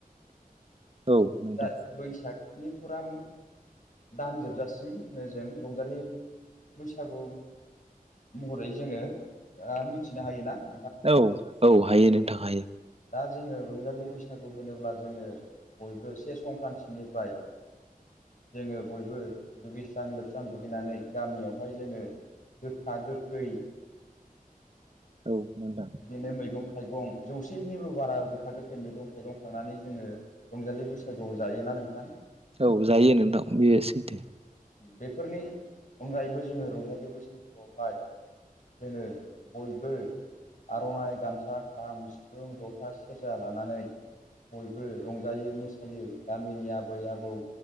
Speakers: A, on the right; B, on the left.
A: औ
B: <unintelligible>
A: नोंथां
B: बैसागनि <unintelligible> दानजोबजासिम होनो जों रंजालि बैसागु महरै जोङो मिथिनो हायोना ।
A: औ-औ हायो नोंथां हायो ।
B: दा जोङो रंजालि बैसागु होनोब्ला जोङो बयबो से संक्रान्तिनिफ्राय जोङो बयबो दुगैस्रां लोबस्रां दुगैनानै गामियावहाय जोङो गोखा गोखै
A: औ नोंथां
B: बिदिनो मैगं थाइगं जौसेनिफ्राय बारा गोखा गोखै मैगं थाइगं खांनानै जोङो रंजालि बैसागुआव जायोना नोंथां ।
A: औ जायो नोंथां बे सैथो ।
B: बेफोरनि अनगायैबो जोङो रंजालि बैसागुआवहाय जोङो बयबो आर'नाइ गामसा खाम सिफुं जथा सेरजा लानानै बयबो रंजायो मोसायो गामिनि आबै आबौ